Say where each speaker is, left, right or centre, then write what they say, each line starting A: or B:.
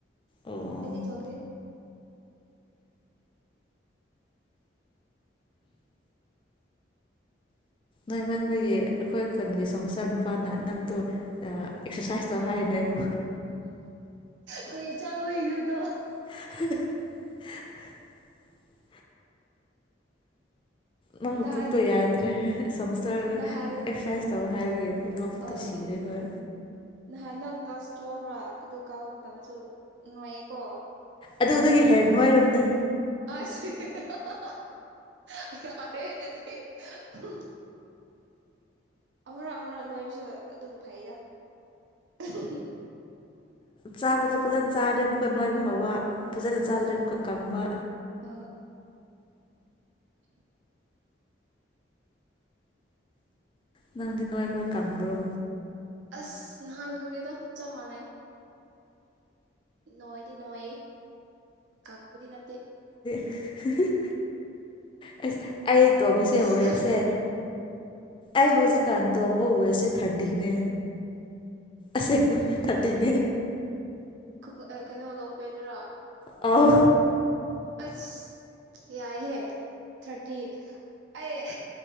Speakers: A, on the left; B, on the right.
A: ꯑꯣ
B: ꯑꯩꯗꯤ ꯊꯣꯡꯗꯦ
A: ꯅꯣꯏꯃꯟꯕꯤꯒꯤ ꯑꯩꯈꯣꯏ ꯈꯨꯟꯒꯤ ꯁꯪꯁꯇꯔ ꯅꯨꯄꯥꯅ ꯅꯪꯗꯣ ꯑꯦꯛꯁꯔꯁꯥꯏꯁ ꯇꯧ ꯍꯥꯏꯅꯦꯕꯨ
B: ꯀꯩ ꯆꯥ ꯕꯩꯅꯣ ꯗꯣ
A: ꯍꯥ ꯍꯥꯍꯥ ꯍꯥ ꯅꯪ
B: ꯅꯍꯥꯟ
A: ꯄꯨꯛꯇꯣ ꯌꯥꯗ꯭ꯔꯦ ꯁꯪꯁꯔ
B: ꯅꯍꯥꯟ
A: ꯑꯦꯛꯁꯔꯁꯥꯏ ꯇꯧ ꯍꯥꯏ ꯍꯦꯡ ꯅꯣꯛꯄꯗꯨ
B: ꯑ
A: ꯁꯤꯈꯔꯦ ꯍꯣꯏ
B: ꯅꯍꯥꯟ ꯅꯪ ꯀ꯭ꯂꯥꯁ ꯇꯨꯋꯦꯜꯕꯔ ꯑꯗꯨ ꯀꯥꯕ ꯃꯇꯝꯗꯁꯨ ꯌꯥꯝ ꯅꯨꯡꯉꯌꯦꯀꯣ
A: ꯑꯗꯨꯗꯒꯤ ꯍꯦꯟꯅ ꯅꯨꯡꯉꯥꯏꯔꯕꯅꯦ
B: ꯑꯁ ꯍꯤ ꯍꯥ ꯍꯥ ꯍꯥ ꯌꯥꯔꯦ ꯑꯗꯨꯗꯤ ꯍꯍꯥ ꯑꯃꯔꯛ ꯑꯃꯔꯛ ꯅꯣꯏꯕꯁꯨ ꯑꯗꯨꯝ ꯐꯩꯗ ꯎꯝ ꯍ ꯍꯨ
A: ꯆꯥꯕꯗꯣ ꯐꯖꯅ ꯆꯥꯔꯗꯤ ꯑꯃꯨꯛ ꯈ ꯟꯣꯏꯕ ꯍꯧꯕ ꯐꯖꯅ ꯆꯥꯗ꯭ꯔꯦ
B: ꯑ
A: ꯑꯃꯨꯛꯀ ꯀꯪꯕ
B: ꯑ <inaudible>
A: ꯅꯪꯗꯤ ꯅꯣꯏꯕ꯭ꯔꯥ ꯀꯡꯕ꯭ꯔꯣ
B: ꯑꯁ ꯅꯍꯥꯟ ꯒꯨꯝꯅꯤꯗ ꯆꯞ ꯃꯥꯅꯩ ꯅꯣꯏꯗꯤ ꯅꯣꯏꯌꯦ ꯀꯪꯝꯕꯗꯤ ꯅꯠꯇꯦ
A: ꯍ ꯍ <unintelligible> ꯑꯩ ꯇꯣꯜꯃꯤꯁꯦ
B: ꯏꯁ
A: ꯍꯨꯑꯦꯁꯦ ꯑꯩ ꯍꯧꯖꯤꯛꯀꯥꯟ ꯇꯣꯡꯕ ꯋꯦꯁꯦ ꯊꯥꯔꯇꯤꯅꯦ ꯑꯁꯦꯡꯕ ꯊꯥꯔꯇꯤꯅꯦ
B: <unintelligible> ꯀꯩꯅꯣ ꯂꯣꯡꯄꯦꯟꯗ꯭ꯔꯥ
A: ꯑꯧ
B: ꯑꯁ ꯌꯥꯏꯍꯦ ꯊꯥꯔꯇꯤ ꯑꯩ